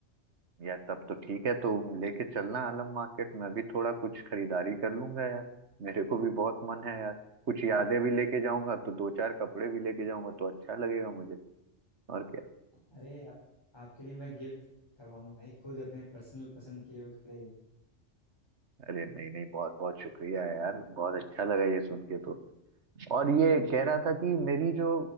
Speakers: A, on the right; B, on the left.
A: यार तब तो ठीक है तो लेके चलना आलम मार्केट मैं भी थोड़ा कुछ खरीदारी कर लूंगा यार मेरे को भी बहुत मन है यार कुछ यादें भी लेके जाऊंगा तो दो चार कपड़े भी लेके जाऊंगा तो अच्छा लगेगा मुझे और क्या
B: अरे आप, आपके लिए मैं गिफ्ट करवाऊंगा भाई खुद अपने पर्सनल पसंद किए हुए कपड़े
A: अरे नहीं नहीं बहुत बहुत शुक्रिया यार बहुत अच्छा लगा ये सुन के तो और ये कह रहा था कि मेरी जो